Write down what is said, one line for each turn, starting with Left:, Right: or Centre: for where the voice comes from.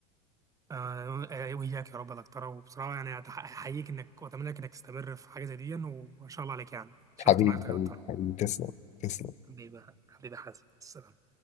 Right: آه آه، وإياك يا رب يا دكتورة وبصراحة يعني أتح- أحييك إنك وأتمنى لك إنك تستمر في حاجة زي دي وإن شاء الله عليك يعني شرفت
Left: حبيبي
Right: معرفتك
Left: حبيبي
Right: يا دكتورة
Left: حبيبي تسلم تسلم
Right: حبيبي حبيبي حازم السلام